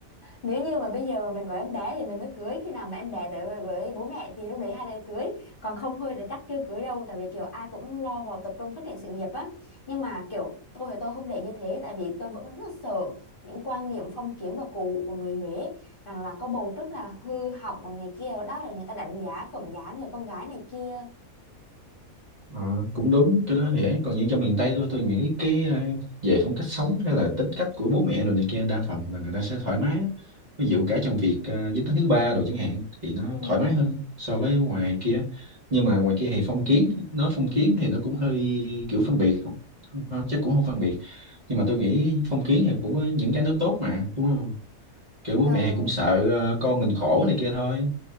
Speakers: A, on the left; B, on the right.
A: nếu như mà bây giờ mà mình có em bé thì mình mới cưới khi nào mà em bé tới với với bố mẹ thì lúc đấy hai đứa cưới còn không thôi là chắc chưa cưới đâu tại vì kiểu ai cũng lo vào tập trung phát triển sự nghiệp á nhưng mà kiểu tôi thì tôi không để như thế tại vì tôi vẫn rất là sợ những quan niệm phong kiến và cổ hủ của người Huế rằng là có bầu trước là hư hỏng này kia đó là người ta đánh giá phẩm giá người con gái này kia
B: Ờ, cũng đúng cái đó thì ấy còn như trong miền Tây thôi tôi nghĩ cái ờ, về phong cách sống hay là tính cách của bố mẹ rồi này kia đa phần là người ta sẽ thoải mái ví dụ cả trong việc ờ, giới tính thứ ba đồ chẳng hạn thì nó
A: ừ
B: thoải mái hơn so với ngoài kia nhưng mà ngoài kia thì phong kiến nói phong kiến thì nó cũng hơi kiểu phân biệt không, không chắc cũng không phân biệt nhưng mà tôi nghĩ phong kiến thì cũng có những cái nó tốt mà đúng không kiểu bố
A: Ờ,
B: mẹ thì cũng sợ ờ, con mình khổ này kia thôi